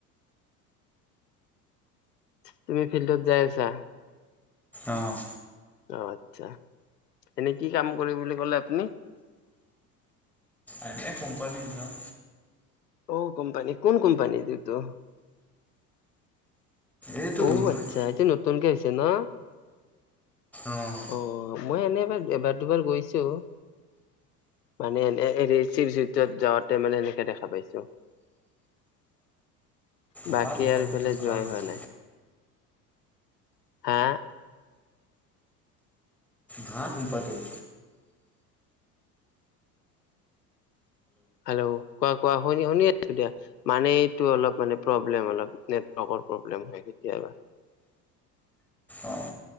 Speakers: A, on the left (about 80°); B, in the centre.
A: তুমি ফিল্ডত যাই আছা?
B: অ'।
A: অ' আচ্ছা, এনেই কি কাম কৰি বুলি ক'লে আপুনি?
B: এনেই কোম্পানীত যাওঁ।
A: অ' কোম্পানী, কোন কোম্পানী এতো?
B: এইটো
A: অ'
B: মুন্নই
A: আচ্ছা, এইটো নতুকে হৈ ছেনা?
B: অঁ
A: অ'। মই এনে এবাৰ এবাৰ দুবাৰ গৈছো, মানে এনে <unintelligible> যাওঁতে মানে এনেকে দেখা পাইছো, বা
B: ভাল
A: য়াৰ
B: কোম্পানীটো
A: ইফালে
B: ভাল
A: যোৱাই
B: বহুত
A: হোৱা নাই। হা?
B: ভাত সোমপাতেও
A: হেল্ল', কোৱা কোৱা। শুনি, শুনি আছোঁ দিয়া, মানে এইটো অলপ মানে প্ৰব্লেম অলপ, নেটৱৰ্কৰ প্ৰব্লেম হয় কেতিয়াবা,
B: অঁ